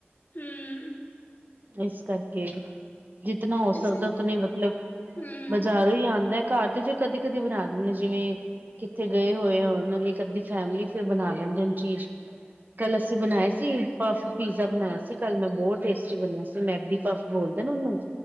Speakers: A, on the left; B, on the right.
A: ਹਮ
B: ਇਸ ਕਰਕੇ ਕੇ ਜਿਤਨਾ ਹੋ
A: ਤੇ
B: ਸਕਦਾ,
A: ਫਿਰ
B: ਉਤਨਾ ਮਤਲਬ
A: ਹਮ
B: ਬਾਜ਼ਾਰ ਤੋ ਈ ਆਂਦਾ। ਘਰ ਤੇ ਫਿਰ ਕਦੇ- ਕਦੇ ਬਣਾ ਦਿੰਦੇ ਜਿਵੇਂ ਕਿੱਥੇ ਗਏ ਹੋਏ ਆਂ ਨਾਲ ਇੱਕ ਅੱਧੀ ਫੈਮਲੀ ਫਿਰ ਬਣਾ ਲੈਂਦੇ ਚੀਜ਼ ਕੱਲ ਅਸੀਂ ਬਣਾਏ ਸੀ ਪਫ ਪੀਜ਼ਾ ਬਣਾਇਆ ਸੀ, ਕੱਲ ਮੈਂ ਬਹੁਤ ਟੇਸਟੀ ਬਣਿਆ ਸੀ ਮੈਗਨੀ ਪਫ ਬੋਲਦੇ ਨਾ ਉਹਨੂੰ।